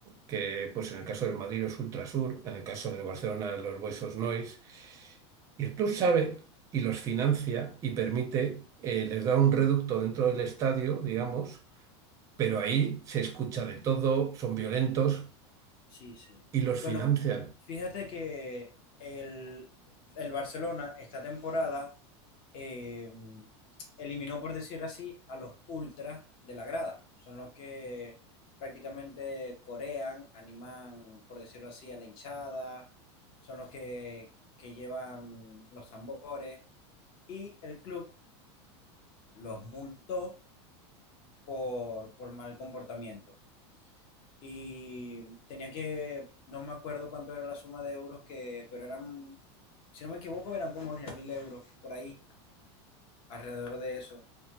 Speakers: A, on the right; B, on the left.
A: que, pues en el caso del Madrid los Ultrasur, en el caso del Barcelona los Boys Nois, y el club sabe y los financia y permite, eh, les da un reducto dentro del estadio, digamos, pero ahí se escucha de todo, son violentos
B: sí, sí.
A: y los
B: Bueno,
A: financian.
B: fíjate que el, el Barcelona esta temporada eh, eliminó, por decirlo así, a los ultras de la grada. Son los que prácticamente corean, animan, por decirlo así, a la hinchada, son los que, que llevan los tambores y el club los multó por, por mal comportamiento. Y tenía que, no me acuerdo cuánto era la suma de euros que, pero eran, si no me equivoco, eran como diez mil euros por ahí, alrededor de eso.